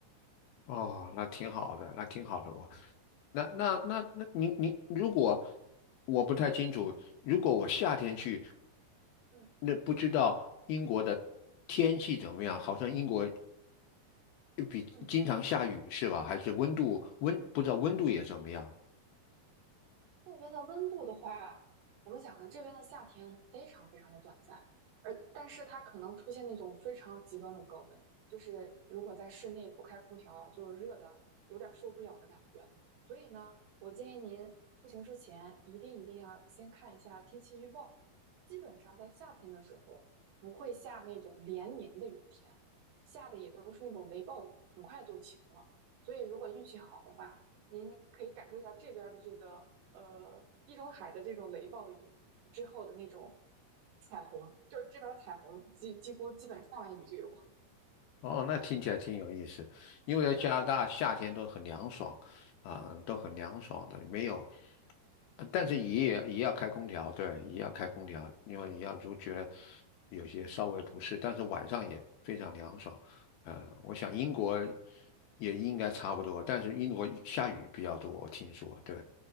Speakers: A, on the left; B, on the right.
A: 哦，那挺好的，那挺好的。我，那那那那，你你，如果我不太清楚，如果我夏天去，
B: 嗯
A: 那不知道英国的天气怎么样？好像英国比经常下雨是吧？
B: 嗯。
A: 还是温度温不知道温度也怎么样？
B: 这边的温度的话，怎么讲呢？这边的夏天非常非常的短暂，而但是它可能出现那种非常极端的高温，就是如果在室内不开空调，就是热的有点受不了的感觉。所以呢，我建议您出行之前一定一定要先看一下天气预报。基本上在夏天的时候不会下那种连绵的雨天，下的也都是那种雷暴雨，很快就晴了。所以如果运气好的话，您可以感受一下这边的这个呃地中海的这种雷暴雨之后的那种彩虹，就是这边彩虹几几乎基本下完雨就有。
A: 哦，那听起来挺有意思，因为在加拿大夏天都很凉爽，
B: 嗯，
A: 啊、都很凉爽的，
B: 哦，
A: 没有，呃但是也也要开空调，对，也要开空调，因为你要如觉得有些稍微不适，但是晚上也非常凉爽，呃，我想英国也应该差不多，但是英国下雨比较多，我听说，对，